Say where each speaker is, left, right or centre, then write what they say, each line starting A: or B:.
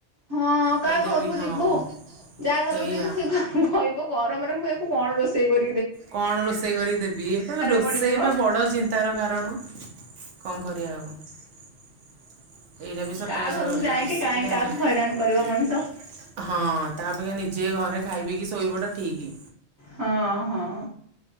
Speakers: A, on the right (about 20°); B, on the right (about 70°).
A: ହଁ କାହା
B: ସେଇଟା
A: ଘରକୁ
B: ବି ହଁ।
A: ଯିବୁ ଯାହା ଘରକୁ
B: ହେଇଆ
A: ଯିବୁ ସିଏ କହିବ ଗରମରେ ମୁଁ ଆକୁ କଣ ରୋଷେଇ କରି
B: କଣ ରୋଷେଇ କରିକି ଦେବି ଇଏ କହିବେ ରୋଷେଇ
A: ପଡିଯିବ ହଁ।
B: ବା ବଡ ଚିନ୍ତାର କାରଣ। କଣ କରିବା ଆଉ ଏଇଟା ବି ସତ
A: କାହା
B: କଥା
A: ଘରକୁ
B: କହିଲ
A: ଯାଇକି
B: ରୋଷେଇଟା
A: କାହିଁକି କାହାକୁ
B: ହଁ
A: ହଇରାଣ କରିବ ମଣିଷ
B: ତା ଅପେକ୍ଷା ନି ଯେ ଘରେ ଖାଇ ପିଇକି ଶୋଇପଡ଼ ଠିକି।
A: ହଁ। ହଁ।